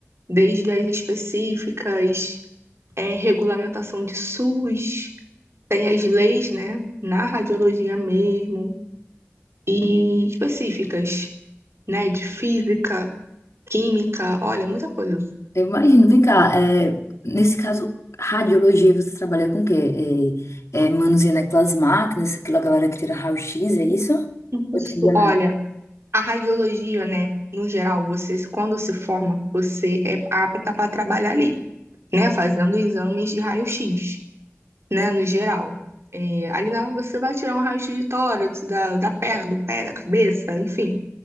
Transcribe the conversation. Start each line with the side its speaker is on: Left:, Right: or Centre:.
Right: desde as específicas, é, regulamentação de SUS, tem as leis, né, na radiologia mesmo, e específicas, né, de física, química, olha, muita coisa.
Left: Eu imagino. Vem cá, é, nesse caso, radiologia, você trabalha com o quê? É, é, manuseando aquelas máquinas, aquela galera que tira raio-x, é isso? Eu
Right: Isso,
Left: tô enganando.
Right: olha, a radiologia, né, no geral, você, quando se forma, você é apta para trabalhar ali, né, fazendo exames de raio-x. né,
Left: Hum.
Right: no geral. É, ali na, você vai tirar um raio-x de tórax, da, da perna, do pé, da cabeça, enfim.